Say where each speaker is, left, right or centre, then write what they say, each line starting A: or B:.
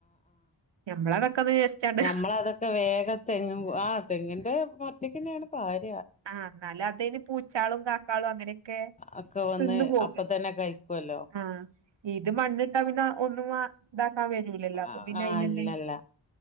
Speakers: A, on the right (about 70°); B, on the left (about 15°).
A: ഞമ്മളതൊക്കെ ഒന്ന് ജസ്റ്റാണ്ട്
B: ഞമ്മളതൊക്കെ വേഗ തെങ്ങ് ആ തെങ്ങിന്റെ മറ്റെയ്‌ക്കെന്നാണ് പായ
A: ആ എന്നാല് അതിന് പൂച്ചാളും കാക്കാളും അങ്ങനെയൊക്കെ
B: ഒക്കെ വന്ന്
A: തിന്നുപോകെ
B: അപ്പ തന്നെ കഴിക്കുവല്ലോ
A: ആ ഇത് മണ്ണിട്ടാ പിന്നെ ഒന്നും വാ അ ഇതാക്കാൻ വരൂലല്ലോ അപ്പോപ്പിന്നെ
B: ആഹ്
A: ആയിനെന്തേ
B: ഇല്ലല്ല